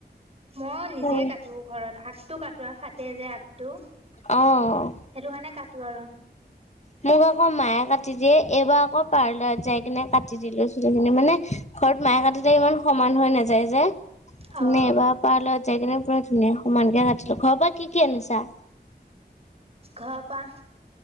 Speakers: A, on the right (about 35°); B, on the left (about 40°).
A: মই নিজে
B: অ',
A: কাটো ঘৰত আগটো কটোৱা কাটে যে আগটো। সেইটো
B: অ'।
A: কাৰণে কাটো আৰু।
B: মোক আকৌ মায়ে কাটি দিয়ে এইবাৰ আকৌ পাৰ্লাৰত যাই কিনে কাটি দিলে চুলিখিনি মানে, ঘৰত মাই সতি <unintelligible> ইমান সমান হৈ নাযায় যে
A: অ',
B: এবাৰ পা লৈ, জাই কিনে পুৰা ধুনীয়া সমানকে কাটিলো, ঘৰৰ পৰা কি কি আনিছা?
A: ঘৰৰ পৰা